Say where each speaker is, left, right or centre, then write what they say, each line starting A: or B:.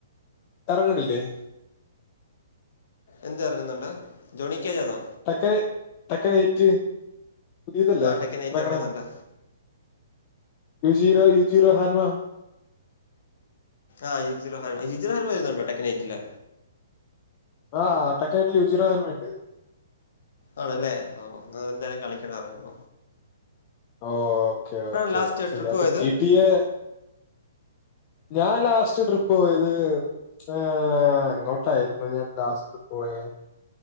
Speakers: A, on the left (about 35°); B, on the left (about 60°).
A: കറങ്നില്ലെ
B: എന്ത് ഇറങ്ങുന്നുണ്ട് ജോണിക്കേജാണോ
A: തക്കന് തക്കന് ഏയിറ്റ് പുതിയതല്ലേ
B: ആ ടെക്കൻ എയ്റ്റ്
A: എറങ്ങണ
B: ഇറങ്ങുന്നുണ്ട്
A: യു ജീറോ യു ജീറോ ഹാന്വവാ
B: ആ യ യുജി ആ യുജി വരുന്നുണ്ടോ തെക്കൻ എയിട്ടില്
A: ആഹ് തൊക്കനട്ട യുജിറ എന് വി ണ്ട്
B: ആണല്ലേ ഓ നി എന്തായാലും കളിക്കണ എറങ്ങുമ്പോ
A: ഓ ഓക്കേ
B: എവിടെയാണ്
A: ഓക്കേ
B: ലാസ്റ്റ്
A: ഒകെ ശരി
B: ട്രിപ്പ്
A: അപ്പൊ
B: പോയത്
A: ജി ട്ടി എ ഞാൻ ലാസ്റ്റ് ട്രിപ്പ് പോയത് ഏഹ് എങ്ങോട്ടായിരുന്നു ഞാൻ ലാസ്റ്റ് പോയെ